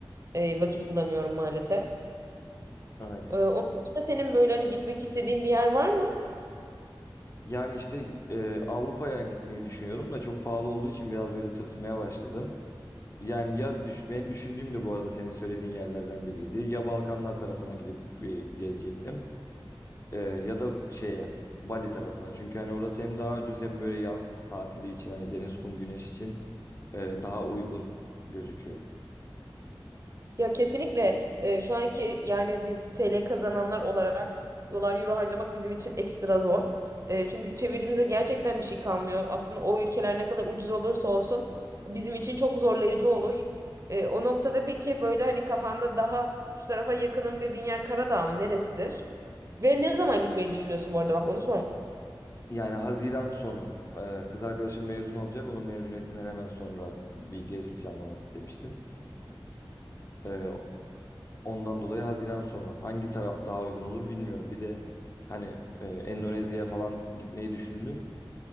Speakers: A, on the right; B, on the left.
A: E, vakit bulamıyorum maalesef.
B: Aynen.
A: Ee, onun dışında senin böyle hani gitmek istediğin bir yer var mı?
B: Yani işte e, Avrupa'ya gitmeyi düşünüyordum da çok pahalı olduğu için biraz böyle tırsmaya başladım. Yani ya düş- benim düşündüğüm de bu arada senin söylediğin yerlerden biriydi. Ya Balkanlar tarafına gidip bir gezecektim. Ee, ya da şeye Bali tarafına. Çünkü hani orası hem daha ucuz hem böyle yaz tatili için hani deniz, kum, güneş için e, daha uygun gözüküyor.
A: Ya kesinlikle e, şu anki yani biz TL kazananlar olarak dolar euro harcamak bizim için ekstra zor. E, çünkü çevirdiğimizde gerçekten bir şey kalmıyor. Aslında o ülkeler ne kadar ucuz olursa olsun bizim için çok zorlayıcı olur. E, o noktada peki böyle hani kafanda daha şu tarafa yakınım dediğin yer Karadağ mı neresidir? Ve ne zaman gitmeyi düşünüyorsun bu arada bak onu
B: Yani Haziran sonu
A: sormadım.
B: e, kız arkadaşım mezun olacak. Onun mezuniyetinden hemen sonra bir gezi planlamak istemiştim. E, ondan dolayı Haziran sonu hangi taraf daha uygun olur bilmiyorum. Bir de hani e, Endonezya'ya falan gitmeyi düşündüm.